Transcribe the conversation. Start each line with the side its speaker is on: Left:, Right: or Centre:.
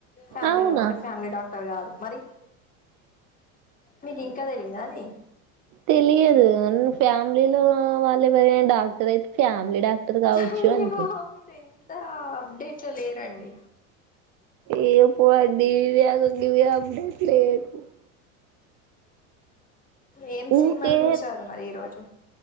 Left: ఫ్యామిలీలో
Right: అవునా
Left: ఉంటే ఫ్యామిలీ డాక్టర్ కాదు మరి మీకు ఇంకా తెలీదా అది
Right: తెలియదు ఫ్యామిలీలో వాళ్ళు ఎవరైనా డాక్టర్ అయితే ఫ్యామిలీ డాక్టర్ కావచ్చు
Left: అయ్యో
Right: అనుకుంటా
Left: మీరు ఎంత అప్డేట్లో లేరండి
Right: ఏప్పు అడిగంగవి అడ పలే <unintelligible>
Left: ఏం
Right: ఊకే
Left: సినిమాలు చూసారు మరి ఈ రోజు